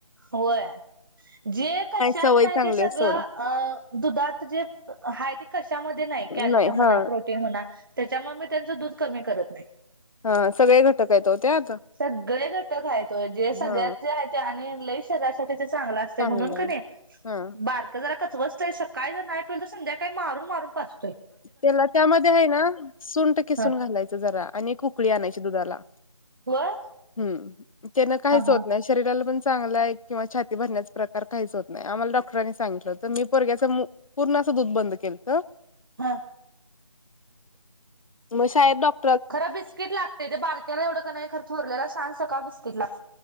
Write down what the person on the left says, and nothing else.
सवय
चांगली
आहे सोडा
नाही
हा
हा सगळे घटक आहेत ओ त्यात
हा
चांगलं
आहे
हा
त्याला त्यामध्ये हाय, ना सुंठ किसून
घालायचं जरा आणि एक उकळी आणायची दुधाला.
हम्म त्यानं काहीच
होत
नाही, शरीराला पण चांगलाए किंवा छाती भरण्याचं प्रकार काहीच होत नाय. आम्हाला डॉक्टरांनी सांगितलं होतं, मी पोरग्याचं म पूर्ण दूध बंद केलतं.
मग शाळेत डॉक्